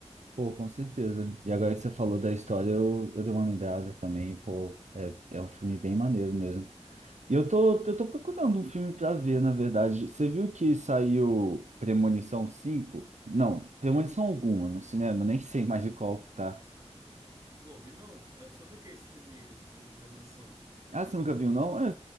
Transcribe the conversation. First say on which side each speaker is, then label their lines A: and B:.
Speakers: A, on the right; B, on the right.
A: Pô, com certeza. E agora que você falou da história, eu, eu dei uma lembrada também. Pô, é, é um filme bem maneiro mesmo. E eu tô, eu tô procurando um filme pra ver, na verdade. Você viu que saiu Premonição cinco? Não, Premonição alguma no cinema, nem sei mais <laughs> de qual que tá.
B: Pô, vi não. É sobre o que esse filme, esse filme Premonição?
A: Ah, você nunca viu, não? É,